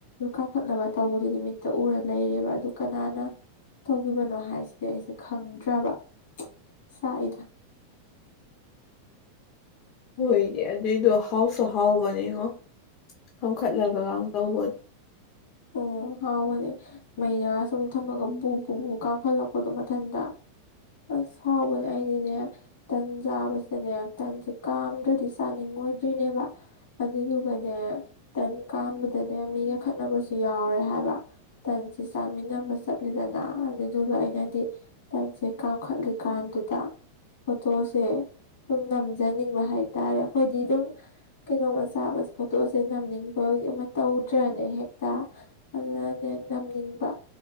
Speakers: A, on the left (about 70°); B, on the left (about 40°).
A: ꯀꯥꯝꯈꯠꯂꯒ ꯇꯧꯕꯗꯨꯗꯤ ꯃꯤꯠꯇ ꯎꯔ ꯂꯩꯔꯦꯕ ꯑꯗꯨ ꯀꯅꯥꯅ ꯇꯧꯈꯤꯕꯅꯣ ꯍꯥꯏꯁꯤꯗꯤ ꯑꯩꯁꯦ ꯈꯪꯗ꯭ꯔꯕ ꯆꯥꯛꯏꯗ
B: ꯍꯣꯏꯅꯦ ꯑꯗꯨꯏꯗꯣ ꯍꯥꯎꯁꯨ ꯍꯥꯎꯕꯅꯤꯉꯣ ꯀꯝꯈꯠꯂꯒ ꯒꯥꯟ ꯇꯧꯕꯗꯣ
A: ꯑꯣ ꯍꯥꯎꯕꯅꯦ ꯃꯩꯩꯅ ꯁꯨꯝ ꯊꯝꯃꯒ ꯕꯨ ꯕꯨꯕꯨ ꯀꯥꯝꯈꯠꯂꯛꯄꯗꯣ ꯃꯊꯟꯗ ꯑꯁ ꯍꯥꯎꯕꯅꯦ ꯑꯩꯗꯤꯅꯦ ꯇꯟ ꯆꯥꯕꯁꯤꯅꯦ ꯇꯟꯁꯦ ꯀꯥꯝꯗ꯭ꯔꯗꯤ ꯆꯥꯅꯤꯡꯉꯣꯏꯗ꯭ꯔꯤꯅꯦꯕ ꯑꯗꯨꯗꯨꯒꯅꯦ ꯇꯟ ꯀꯥꯝꯕꯗꯅꯦ ꯃꯤꯒ ꯈꯠꯅꯕꯁꯨ ꯌꯥꯎꯔꯦ ꯍꯥꯏꯕ ꯇꯟꯁꯦ ꯆꯥꯃꯤꯟꯅꯕ ꯆꯠꯂꯦꯗꯅ ꯑꯗꯨꯗꯨꯒ ꯑꯩꯅꯗꯤ ꯇꯟꯁꯦ ꯀꯥꯝꯈꯠꯂꯤ ꯀꯥꯟꯗꯨꯗ ꯐꯣꯇꯣꯁꯦ ꯁꯨꯝ ꯅꯝꯖꯅꯤꯡꯕ ꯍꯥꯏꯇꯥꯔꯦ ꯑꯩꯈꯣꯏꯗꯤ ꯑꯗꯨꯝ ꯀꯩꯅꯣꯝꯃ ꯆꯥꯕꯁꯦ ꯐꯣꯇꯣꯁꯦ ꯅꯝꯖꯅꯤꯡꯕ ꯑꯃ ꯇꯧꯗ꯭ꯔꯅꯦ ꯍꯦꯛ ꯇ ꯑꯗꯨꯅꯅꯦ ꯅꯝꯅꯤꯡꯕ